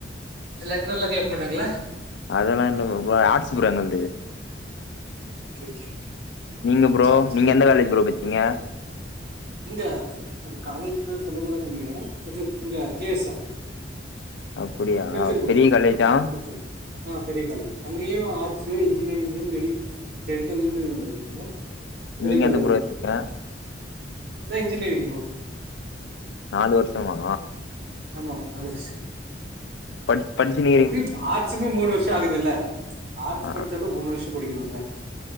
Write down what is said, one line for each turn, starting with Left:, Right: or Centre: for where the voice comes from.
Right: லெட்ரெல்லாம் கேப்ப மாட்டாங்கல்ல
Left: அதெல்லா இல்ல ப்ரோ ப்ரோ ஆர்ட்ஸ்ஸு புரோ எங்கள்து
Right: ஓகே ஓகே
Left: நீங்க ப்ரோ
Right: சேரி சேரி
Left: நீங்க எந்த காலேஜ் ப்ரோ பச்சீங்க
Right: இங்க அது காலேஜ் பேர் சொல்ல கூடாதுனு நெனைக்கிற அது இங்க கே எஸ் ஆர்
Left: அப்டியா
Right: திருச்செங்கோடு
Left: பெரிய காலேஜா
Right: ஆமா திருச்செங்கோடு ஆ பெரிய காலேஜ் அங்கியு ஆர்ட்ஸு இன்ஜினியரிங்ஙு மெடி டென்டல்ன்னு இருக்கு பெரிய
Left: நீங்க
Right: காலேஜ்
Left: எது ப்ரோ
Right: தா
Left: எத்தீங்க
Right: நா இன்ஜினியரிங் ப்ரோ
Left: நாலு வருஷமா
Right: ஆமா நாலு வர்ஷோ
Left: பட் படிக்கனு
Right: எப்புடியு ஆர்ட்சுமே மூணு வர்ஷோ ஆகுது இல்ல ஆர்ட்ஸ்
Left: ஆ
Right: படிச்சாலு மூணு வருஷோ படிக்கணுல்ல